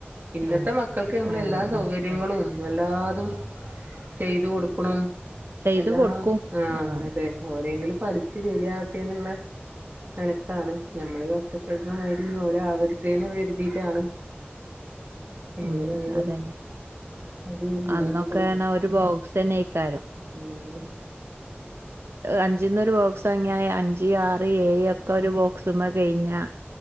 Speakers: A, on the right; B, on the right.
A: ഇന്നത്തെ
B: ആഹ്
A: മക്കൾക്ക് ഞമ്മള്
B: ഓ
A: എല്ലാ സൗകാര്യങ്ങളും
B: ഓ ഓ
A: എല്ലാതും.. ചെയ്തു കൊടുക്കുണും
B: ചെയ്ത്
A: എല്ലാം
B: കൊടുക്കും
A: ആ
B: ആഹ്
A: അതെ ഓലേങ്കിലും പഠിച്ചു ശരിയാവട്ടെ ന്നുള്ള നിലക്കാണ് നഞമ്മള് കഷ്ടപ്പെടുന്നമാതിരിയൊന്നും ഓല് ആവരുതേന്ന് കരുതിയിട്ടാണ് എങ്ങനെ
B: ഉം
A: ആയാലും
B: അതന്നെ
A: അത് ഉണ്ടാക്കി
B: അന്നൊക്കെ
A: കൊടുക്കും
B: പറഞ്ഞാ ഒരു ബോക്സന്നെയ്ക്കാരം
A: ഉം
B: അഞ്ചിന്നൊരു ബോക്സ് പ്പങ്ങനെ അഞ്ച് ആറ് ഏയ ഒക്കെ ഒരു ബോക്സ്മ്മ കഴിഞ്ഞ